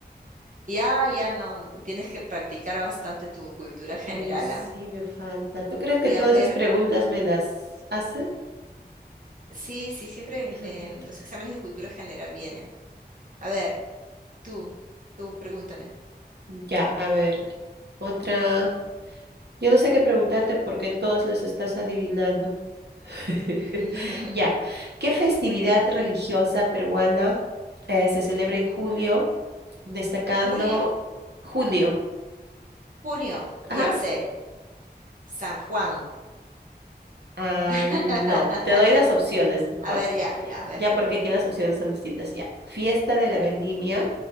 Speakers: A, on the right; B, on the right.
A: Ya, ya no, tienes que practicar bastante tu cultura general,
B: Hoy sí,
A: ¿ah?
B: me falta. ¿Tú crees que
A: Y
B: todas
A: a ver,
B: esas preguntas
A: ah,
B: me las hace?
A: sí, sí, siempre
B: Esas
A: en
B: preguntas.
A: los exámenes de cultura general vienen. A ver, tú, tú pregúntame.
B: Ya, a ver, otra. Yo no sé qué preguntarte porque todas las estás adivinando. <laughs>
A: <laughs>
B: Ya, ¿qué festividad religiosa peruana eh, se celebra en julio, destacando
A: ¿Julio?
B: julio?
A: Junio, ya
B: Ajá.
A: sé. San Juan.
B: Ah,
A: <laughs>
B: no, te doy las opciones mejor.
A: A ver, ya, ya, a ver.
B: Ya, porque aquí las opciones son distintas. Ya, fiesta de la vendimia,